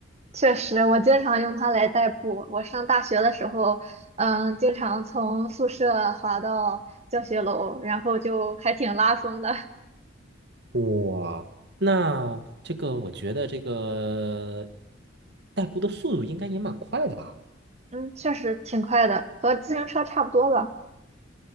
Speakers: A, on the right; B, on the right.
A: 确实，我经常用它来代步。我上大学的时候，嗯，经常从宿舍滑到教学楼，然后就还挺拉风的。
B: 哇，那这个我觉得这个代步的速度应该也蛮快的吧？
A: 嗯，确实挺快的，和自行车差不多吧。